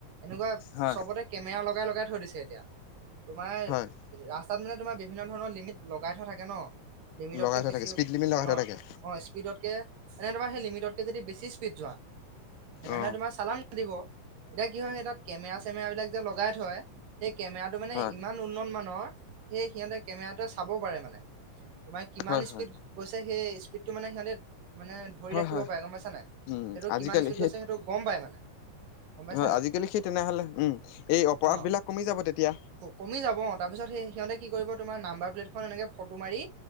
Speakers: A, on the right (about 80°); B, on the left (about 80°).
A: এনেকুৱা
B: হয়
A: চবতে কেমেৰা লগাই লগাই থৈ দিছে এতিয়া। তোমাৰ
B: হয়
A: ৰাস্তাত মানে তোমাৰ বিভিন্ন ধৰণৰ লিমিট লগাই থোৱা থাকে ন। লিমিটতকৈ
B: লগাই থোৱা
A: বেছি
B: থাকে
A: হৈ
B: স্পীড লিমিট লগাই থোৱা
A: অঁ
B: থাকে
A: অঁ স্পীডতকৈ এনেদবা সেই লিমিটতকৈ যদি বেছি স্পীড যোৱা তেনেহলে
B: অ
A: তোমাৰ চালান কাটিব। এতিয়া কি হয় সেই তাত কেমেৰা চেমেৰা বিলাক যে লগাই থয়। সেই কেমেৰাটো মানে
B: হয়
A: ইমান উন্নত মানৰ সেই সিহঁতে কেমেৰাটোৱে চাব পাৰে মানে। তোমাৰ কিমান
B: হয় হয় হয়
A: স্পীড গৈছে সেই স্পীডটো মানে সিহঁতে মানে ধৰি
B: হয়
A: ৰাখিব
B: হয়
A: পাৰে গম পাইছা নাই
B: উম
A: সেইটো
B: আজিকালি
A: কিমান স্পীত গৈছে সেইটো গম পাই মানে। গম পাইছা
B: হয়
A: নাই।
B: আজিকালি সেই তেনেহ'লে উম এই
A: অ
B: অপৰাধ
A: অ
B: বিলাক কমি যাব তেতিয়া।
A: কমি যাব অঁ তাৰপিছত সেই সিহঁতে কি কৰিব তোমাৰ নাম্বাৰ প্লেটখন এনেকে ফটো মাৰি